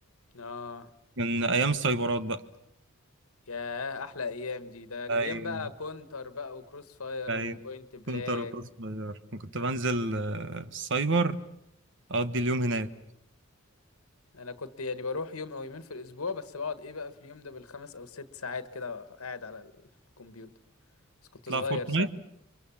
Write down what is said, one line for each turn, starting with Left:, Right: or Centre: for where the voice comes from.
Left: اه
Right: كان ايام السايبرات بقى
Left: يا احلى ايام دي ده ايام
Right: ايوه
Left: بقى كونتر بقى وكروس فاير
Right: ايوه
Left: وبوينت بلاك
Right: كنت اروح صغير كنت بنزل آه، السايبر اقضي اليوم هناك
Left: انا كنت يعني بروح يوم او يومين في الاسبوع بس بقعد ايه بقى في اليوم ده بالخمس او ست ساعات كده قاعد على الكمبيوتر بس كنت
Right: تلعب
Left: صغير
Right: فورتنايت